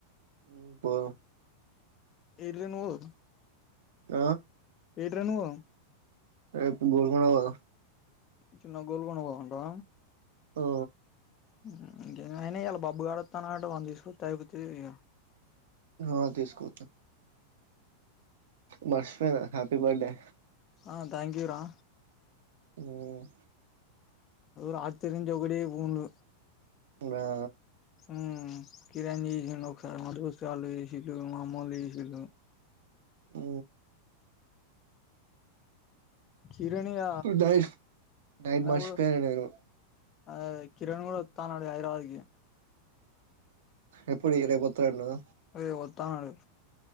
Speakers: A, on the right; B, on the left.
A: ఉమ్ పో
B: ఇడ్లీ నో <inaudible>
A: అ
B: ఎటుర నువ్
A: రేప్ గోల్కొండ పోదాం
B: చిన్న గోల్కొండ పోదాం అంటవా
A: ఓ
B: ఉమ్ ఇంకే అయనా ఇలా బబ్బు గాడు అత్తనాడట వాన్ని తీసుకొతే అయిపోతది ఇక
A: ఆ తీసుకోతా మర్షిపోయిన హ్యాపీ బడ్డే
B: ఆ థాంక్యూ యూ రా
A: ఉమ్
B: ఓ రాత్రి నుంచే ఒకడే ఫోన్లు
A: రా
B: ఉమ్ కిరణ్ చేసిండు ఒకసారి మధు వస్తే వాళ్ళు చేసిళ్లు మా అమ్మోళ్ళు చేసిళ్ళు
A: ఓ
B: కిరణ్ ఇగ
A: ఇప్పుడు నైట్ నైట్
B: ఆయన
A: మర్చిపోయన
B: కూడా
A: నేను
B: అదే అదే కిరణ్ కూడా అత్త అన్నడు హైదరాబాద్ కి
A: ఎప్పుడు రేప్ ఒత్తరంటన
B: అరే ఒత్తానాడు